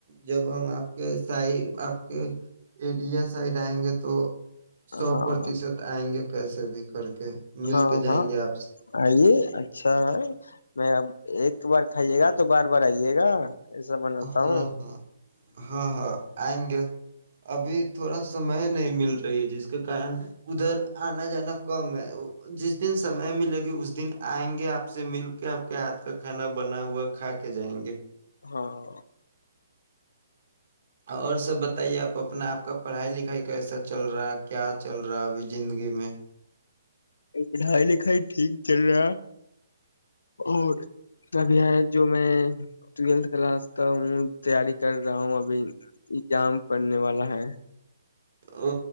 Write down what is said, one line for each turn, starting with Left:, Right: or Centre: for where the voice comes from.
Right: جب ہم آپ سائڈ آپ کے ایریا سائڈ آئیں گے تو سو
Left: ہاں
Right: پرتیشت آئیں گے پیسے بھی کر کے مل
Left: ہاں
Right: کے جائیں
Left: ہاں
Right: گے آپ سے
Left: آئیے اچھا ہے میں اب ایک بار کھائیے گا تو بار بار آئیے گا ایسا بناتا
Right: ہاں
Left: ہوں
Right: ہاں ہاں ہاں آئیں گے ابھی تھوڑا سمئے نہیں مل رہی جس کے کن ادھر آنا جانا کم ہے جس دن سمئے ملے گی اس دن آئیں گے آپ سے مل کے آپ کے ہاتھ کا کھانا بنا ہوا کھا کے جائیں گے
Left: ہاں
Right: اور سب بتائیے آپ اپنا آپ کا پڑھائی لکھائی کیسا چل رہا ہے کیا چل رہا ہے ابھی زندگی میں
Left: پڑھائی لکھائی ٹھیک چل رہا اور ابھی جو میں ٹویلھ کلاس کا ہوں تیاری کر رہا ہوں ابھی ایگزام پڑنے والا ہے
Right: ا